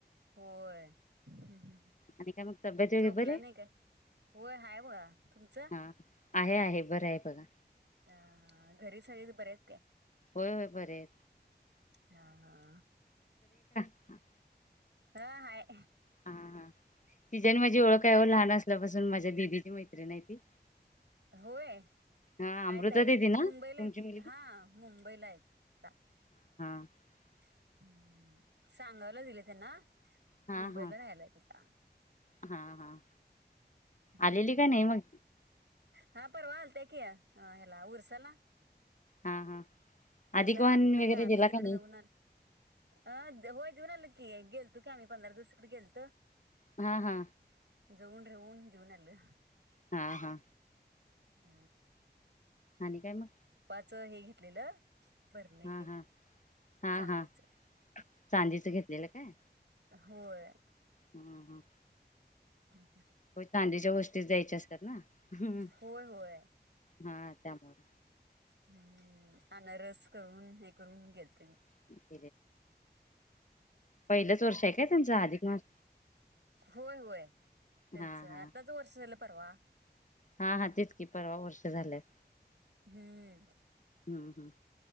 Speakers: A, on the right; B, on the left.
A: होय. हम्म, हम्
B: आणि काय मग तब्येत वगैरे
A: झोपला
B: बरे
A: नाही काय? वय हाय बघा तुमचं?
B: हा आहे, आहे बरं आहे बघा.
A: हा, हा घरी सगळी बरी आहेत काय?
B: होय, होय, बरे आहेत.
A: हा, हा.
B: हम्.
A: ह, हाय.
B: हा हा तिची आणि माझी ओळख काय ओ लहान असल्यापासून माझ्या दिदीची मैत्रीण हाय ती.
A: होय.
B: हा
A: आहेत,
B: अमृता
A: आहेत
B: दिदी ना
A: मुंबईला
B: तुमची मुलगी
A: हा मुंबईला आहेत अता.
B: <inaudible>
A: हम्म सांगावला दिले त्यांना,
B: हा
A: मुंबईला
B: हा
A: राहा यला आहेत आता.
B: हा, हा
A: आता
B: आलेली काय नाही मग?
A: हा पर्वा आलत्या कि ह हेला ऊरसाला.
B: हा हा
A: ऊरसाला
B: अधिक वाहन
A: आलते
B: वगैरे
A: आम्ही
B: दिला
A: तिकड
B: का नाही
A: जाऊन आल अ दे होय जे ऊन आलो की गेलतो की आम्ही पंधरा दिवस तीकड गेलतो.
B: हा, हा.
A: जाऊन, राहून, घेऊन आलो.
B: हा, हा.
A: हा.
B: आनी काय मग?
A: च हे घेतलेलं बरणी
B: हा
A: ते.
B: हा हा
A: चांदीच
B: हा चांदीच घेतलेलं काय?
A: होय.
B: हा हा
A: ह.
B: हो चांदीच्या
A: <inaudible>
B: गोष्टीच द्यायच्या असतात ना हम्म.
A: होय, होय.
B: हा त्यामुळे
A: हम्म, अनरस करून हे करून घ्यायच.
B: <inaudible> पहिलंच वर्ष आहे काय त्यांचं आधिक मास.
A: होय, होय त्यांचं
B: हा हा
A: आताच वर्ष झालं परवा.
B: हा हा तितकी परवा वर्ष झाल्यात.
A: हम्म.
B: ह, ह